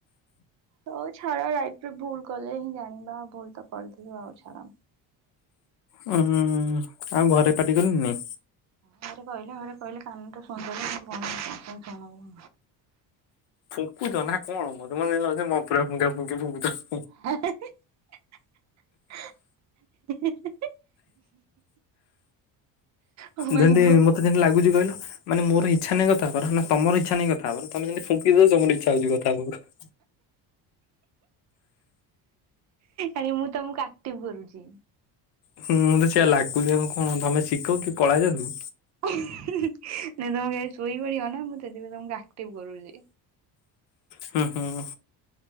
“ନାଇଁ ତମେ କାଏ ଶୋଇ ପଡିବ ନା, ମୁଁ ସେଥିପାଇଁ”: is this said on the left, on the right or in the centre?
Right